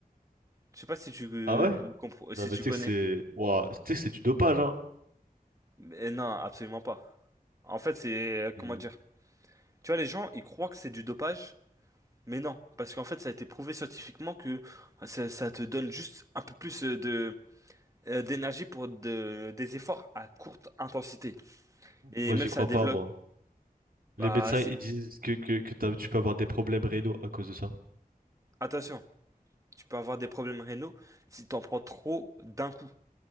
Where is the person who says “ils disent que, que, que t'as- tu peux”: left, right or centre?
Right